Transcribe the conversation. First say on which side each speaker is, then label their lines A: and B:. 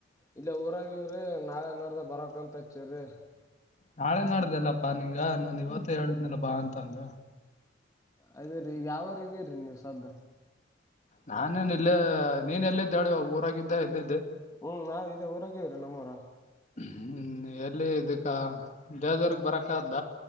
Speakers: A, on the left; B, on the left.
A: ಇಲ್ಲ ಊರಾಗವ್ರಿ ನಾಳೆ ನಡ್ದ ಬರಕಂತ ಹಚ್ಚವ್ರಿ.
B: ನಾಳೆ ನೋಡ್ದಲ್ಲಪ್ಪಾ ನಿಂಗ ನಾನ್ ಇವತ್ತು ಹೇಳಿದ್ನಲ್ಲ ಬಾ ಅಂತ ಅಂದ.
A: ಅದೇ ರೀ ಈಗ ಯಾವರೆಗರಿ ನೀವ್ ಸದ್ಧ.
B: ನಾನೇನು ಇಲ್ಲ ನೀನ್ ಎಲ್ಲಿದ್ದಾಳೆ ಊರಾಗಿದ್ದ ಎಲ್ಲ.
A: ಹ್ಮ್ ನಾವ ಇದೇ ಊರಾಗೇರೀ ನಮ್ಮೂಊರ.
B: ಹ್ಮ್ ಎಲ್ಲಿ ಇದಕ್ಕ ದೇವದರ್ಗ್ ಬರಕ್ಕ್ದ.